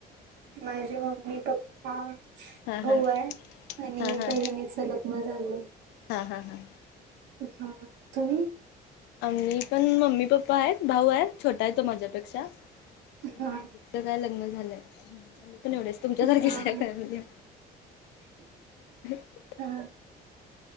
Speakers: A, on the right (about 85°); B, on the left (about 85°).
A: माझी मम्मी पप्पा भाऊ
B: हा हा
A: आहे. आणि
B: हा हा
A: बहिणीच लग्न झालंय.
B: हा - हा- हा.
A: हा तुम्ही?
B: आणि पण मम्मी पप्पा आहेत. भाऊ आहेत छोटा आहे तो माझ्यापेक्षा आणि
A: हा
B: काय लग्न झालंय आम्ही पण एवढेच तुमच्या सारखेच
A: हा
B: आहे फॅमिली. <inaudible>
A: हा.